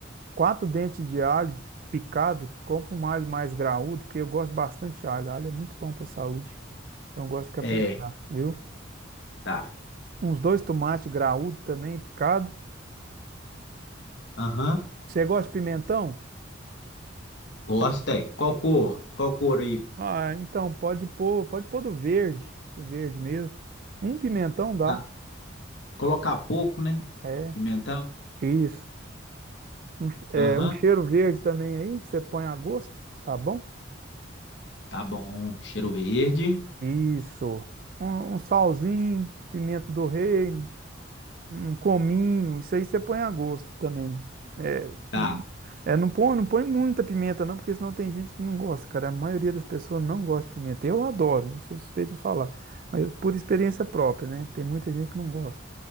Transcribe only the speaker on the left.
É,
tá.
Aham.
Gosta, é. Qual cor? Qual cor aí?
Ah, colocar pouco, né?
Pimentão?
Aham.
Tá bom. Cheiro verde.
Tá,